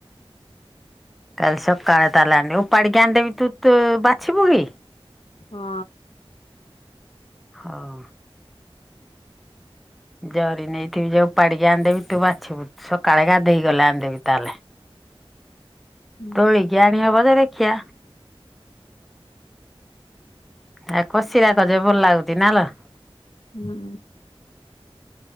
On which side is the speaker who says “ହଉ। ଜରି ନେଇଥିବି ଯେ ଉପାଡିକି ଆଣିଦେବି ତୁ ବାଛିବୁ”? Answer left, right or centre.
Centre